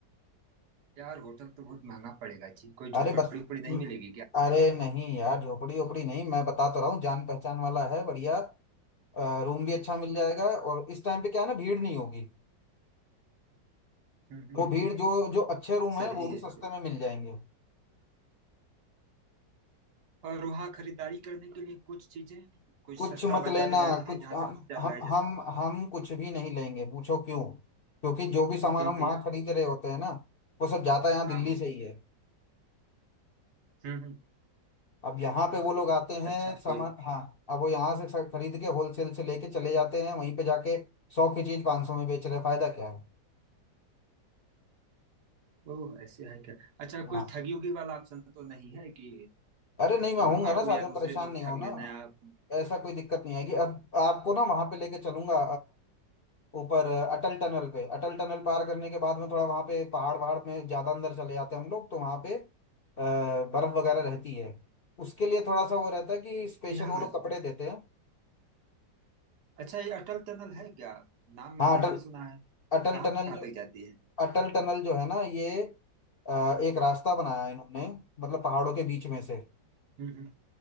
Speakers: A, on the right; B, on the left.
A: यार होटल तो बहुत महंगा पड़ेगा जी कोई झोपड़ी
B: अरे बत
A: उपड़ी नहीं मिलेगी क्या
B: अरे नहीं यार झोपड़ी ओपड़ी नहीं मैं बता तो रहा हूँ जान पहचान वाला है बढ़िया रूम भी अच्छा मिल जाएगा और इस टाइम पे क्या है ना भीड़ नहीं होगी
A: हम्म हम्म
B: वो भीड़ जो जो अच्छे रूम
A: सही
B: है वो
A: है
B: भी सस्ते
A: सही।
B: में मिल जाएंगे
A: और वहाँ खरीदारी करने के लिए कुछ चीजें कुछ
B: कुछ
A: सस्ता
B: मत
A: बाजार
B: लेना
A: बाजार
B: कुछ
A: है जहाँ
B: हम
A: से कुछ क्या
B: हम
A: लाया जा
B: हम
A: सके
B: हम कुछ भी नहीं लेंगे पूछो क्यों क्योंकि जो भी सामान
A: क्यों
B: हम
A: भैया
B: वहाँ खरीद रहे होते हैं ना वो सब जाता यहाँ दिल्ली
A: हाँ हाँ
B: से ही है
A: हम्म हम्म
B: अब यहाँ पे वो लोग आते हैं
A: अच्छा
B: सामान
A: कोई
B: हाँ अब वो यहाँ से ख- खरीद के होलसेल से लेके चले जाते हैं वहीं पे जाके सौ की चीज पाँच सौ में बेच रहे फायदा क्या है
A: ओह ऐसे है क्या अच्छा
B: हाँ
A: कोई ठगी उगी वाला ऑप्शन तो नहीं है कि
B: अरे नहीं मैं आऊंगा
A: ओ ऑटो
B: ना साथ
A: या
B: में परेशान
A: दूसरे लोग
B: नहीं होना
A: ठग लेना है आप।
B: ऐसा कोई दिक्कत नहीं आएगी अब आपको ना वहां पे लेके चलूंगा ऊपर अ, अटल टनल पे अटल टनल पार करने के बाद में थोड़ा वहां पे पहाड़ वहाड़ में ज्यादा अंदर चले जाते हैं हम लोग तो वहां पे अ, बर्फ वगैरह रहती है उसके लिए थोड़ा सा वो रहता है कि स्पेशल
A: जी हाँ
B: वो लोग कपड़े देते हैं
A: अच्छा ये अटल टनल है क्या नाम
B: हाँ
A: मैंने
B: अटल
A: भी सुना है
B: अटल
A: कहाँ
B: टनल
A: कहाँ
B: जो
A: तक जाती है
B: अटल टनल जो है ना ये अ, एक रास्ता बनाया है इन्होंने मतलब पहाड़ों के बीच में से
A: हम्म हम्म,